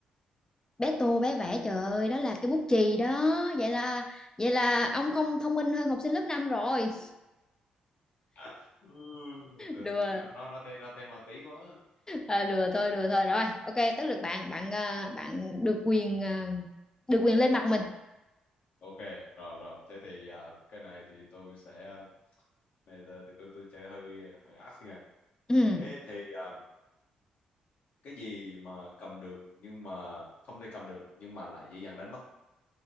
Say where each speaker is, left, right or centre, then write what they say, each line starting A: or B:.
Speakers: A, on the left (about 20°); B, on the left (about 65°).
A: bé tô bé vẽ trời ơi đó là cái bút chì đó vậy là vậy là ông không thông minh hơn học sinh lớp 5 rồi
B: <laughs> ừ, từ
A: <laughs> đùa
B: từ, nó nó nó thêm nó thêm mặt tí quá
A: à, đùa thôi đùa thôi rồi ok tới lượt bạn bạn à, bạn được quyền à, được quyền lên mặt mình
B: ok rồi rồi thế thì à, cái này thì tôi sẽ này là- thì tôi tôi chơi hơi hơi ác xin này
A: ừ.
B: thế thì à, cái gì mà cầm được nhưng mà không thể cầm được nhưng mà lại dễ dàng đánh mất